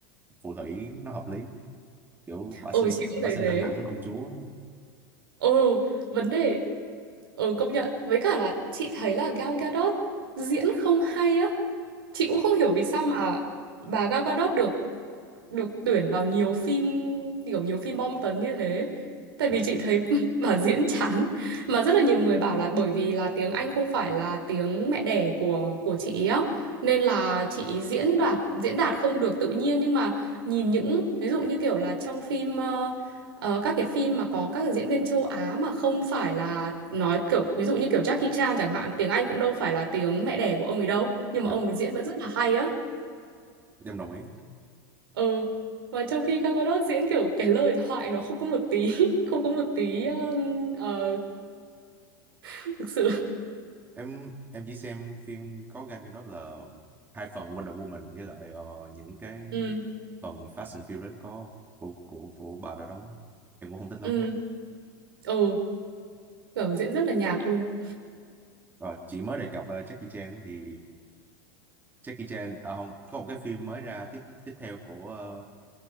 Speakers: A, on the right; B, on the right.
A: phù thủy nó hợp lý kiểu bà xinh
B: ừ chị cũng
A: bà
B: thấy
A: xinh
B: thế
A: hơn hẳn công chúa
B: ừ vấn đề ừ công nhận với cả là chị thấy là Gal Gadot diễn không hay á Chị cũng
A: Ờ,
B: không hiểu vì sao mà bà Gal Gadot được được tuyển vào nhiều phim kiểu nhiều phim bom tấn như thế. Tại vì
A: dạ
B: chị thấy <laughs> bà diễn chán mà rất là nhiều người bảo là bởi vì là tiếng Anh không phải là tiếng mẹ đẻ của của chị ý á nên là chị ý diễn đạt diễn đạt không được tự nhiên nhưng mà nhìn những ví dụ như kiểu là trong phim ờ, ờ, các cái phim mà có các diễn viên châu Á mà không phải là nói kiểu ví dụ như kiểu Jackie Chan chẳng hạn tiếng Anh cũng đâu phải là tiếng mẹ đẻ của ông ấy đâu nhưng
A: dạ
B: mà ông ấy diễn vẫn rất là hay á
A: dạ, em đồng ý
B: ừ mà trong khi Gal Gadot diễn kiểu cái lời thoại nó không có một tí <laughs> không có một tí um, ờ, thực sự
A: em em chỉ xem phim có gan cái đó là hai phần Wonder Woman với lại ờ, những cái
B: ừ
A: phần Fast and Furious có của của của bà đã đóng em cũng không thích
B: ừ
A: lắm
B: ừ kiểu diễn rất là nhạt luôn
A: rồi chị mới đề cập là Jackie Chan thì Jackie Chan à không có một cái phim mới ra tiếp tiếp theo của ờ,